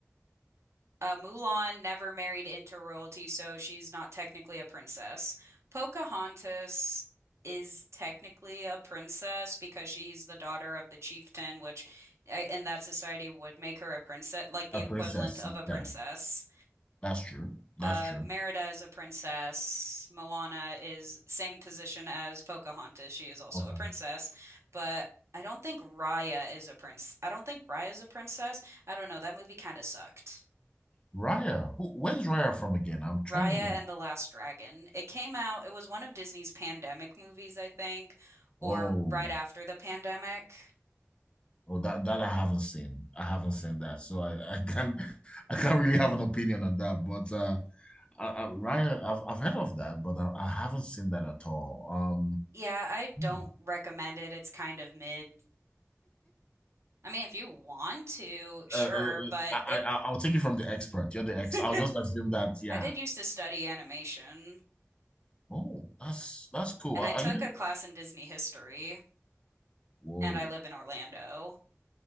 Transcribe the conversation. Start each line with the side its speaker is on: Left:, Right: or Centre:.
Right: Uh, Mulan never married into royalty, so she's not technically a princess. Pocahontas is technically a princess because she's the daughter of the chieftain, which uh, in that society would make her a princess, like the
Left: A
Right: equivalent
Left: princess.
Right: of a princess.
Left: Yeah, that's true. That's
Right: Uh,
Left: true.
Right: Merida is a princess. Moana is same position as Pocahontas. She is also
Left: Okay.
Right: a princess, but I don't think Raya is a prince. I don't think Raya is a princess. I don't know. That movie kind of sucked.
Left: Raya. Who, where's Raya from again? I'm trying
Right: Raya
Left: to like.
Right: and the Last Dragon. It came out, it was one of Disney's pandemic movies, I think, or
Left: Oh,
Right: right after the pandemic.
Left: oh, that that I haven't seen. I haven't seen that, so I I can't <laughs> I can't really have an opinion on that. But uh, I, I, Raya, I've I've heard of that, but I, I haven't seen that at all. Um.
Right: Yeah, I don't
Left: hmm.
Right: recommend it. It's kind of mid. I mean, if you want to, sure,
Left: Uh, uh, uh,
Right: but
Left: I,
Right: it,
Left: I I'll take it from the expert. You're the ex.
Right: <laughs>
Left: I'll just assume that. Yeah.
Right: I did used to study animation,
Left: Oh, that's that's cool.
Right: and
Left: Are,
Right: I took
Left: are you?
Right: a class in Disney history,
Left: Whoa.
Right: and I live in Orlando.